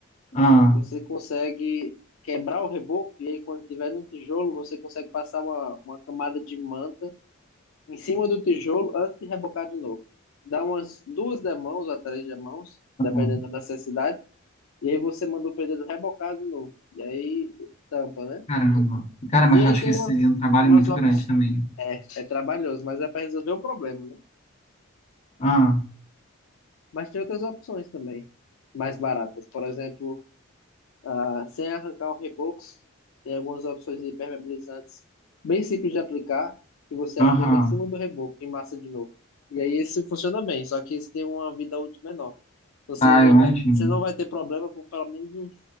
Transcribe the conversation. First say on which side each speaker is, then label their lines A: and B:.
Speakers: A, on the left; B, on the left.
A: Ah,
B: Você consegue quebrar o reboco e aí quando tiver no tijolo, você consegue passar uma, uma camada de manta em cima do tijolo antes de rebocar de novo. Dá umas duas demãos ou três demãos, dependendo
A: ah,
B: da necessidade, e aí você manda o pedreiro rebocar de novo. E aí tampa, né?
A: caramba. Cara, mas
B: E aí
A: eu acho
B: tem
A: que esse
B: umas,
A: seria um trabalho
B: umas
A: muito
B: opções.
A: grande também.
B: É, é trabalhoso, mas é para resolver o problema, né?
A: Ah,
B: Mas tem outras opções também, mais baratas. Por exemplo, Ah, sem arrancar o reboco, tem algumas opções de impermeabilizantes bem simples de aplicar, que você
A: aham.
B: aplica em cima do reboco e massa de novo. E aí esse funciona bem, só que esse tem uma vida útil menor. Você
A: Ah, eu imagino.
B: vai, você não vai ter problema por pelo menos uns